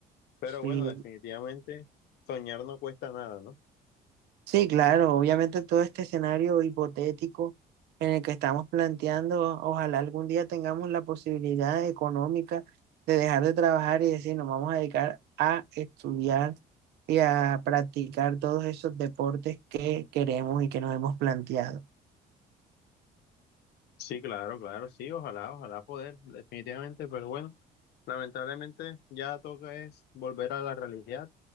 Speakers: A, on the left; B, on the right.
A: Pero
B: Sí,
A: bueno, definitivamente soñar no cuesta nada, ¿no?
B: Sí, claro, obviamente todo este escenario hipotético en el que estamos planteando, ojalá algún día tengamos la posibilidad económica de dejar de trabajar y decir, nos vamos a dedicar a estudiar y a practicar todos esos deportes que queremos y que nos hemos planteado.
A: Sí, claro, claro, sí, ojalá, ojalá poder, definitivamente, pero bueno, lamentablemente ya toca es volver a la realidad,